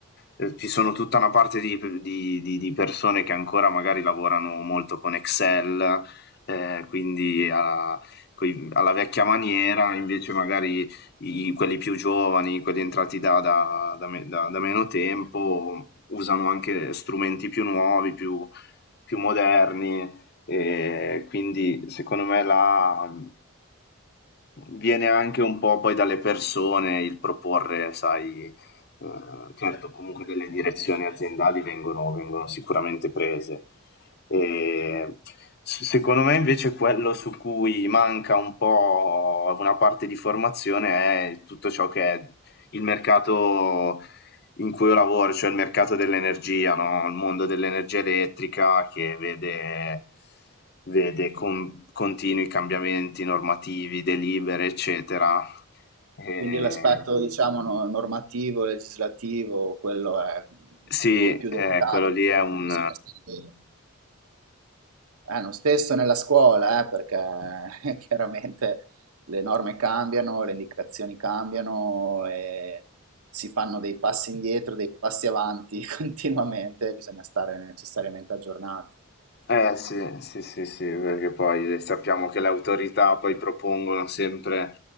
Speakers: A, on the left; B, on the right.
A: eh, ci sono tutta una parte di, di- di- di persone che ancora magari lavorano molto con Excel, eh, quindi a- coi- alla vecchia maniera, invece magari i- quelli più giovani, quelli entrati da, da- da me- da- da meno tempo, usano anche strumenti più nuovi, più, più moderni, e quindi secondo me la, viene anche un po' poi dalle persone il proporre, sai, Ehm, certo, comunque delle direzioni aziendali vengono vengono sicuramente prese. Ehm, s secondo me invece quello su cui manca un po' una parte di formazione è tutto ciò che è il mercato in cui io lavoro, cioè il mercato dell'energia, no, il mondo dell'energia elettrica che vede vede con continui cambiamenti normativi, delibere, eccetera. Ehm
B: Quindi l'aspetto, diciamo, no- normativo, legislativo, quello è
A: Sì,
B: il più, il più
A: eh,
B: delicato,
A: quello lì
B: quello
A: è un...
B: che bisogna stare bene. Eh, lo stesso nella scuola, eh, perché <laughs> chiaramente le norme cambiano, le indicazioni cambiano e si fanno dei passi indietro, dei passi avanti <laughs> continuamente, bisogna stare necessariamente aggiornati.
A: Eh eh, sì, sì, sì, sì, perché poi sappiamo che le autorità poi propongono sempre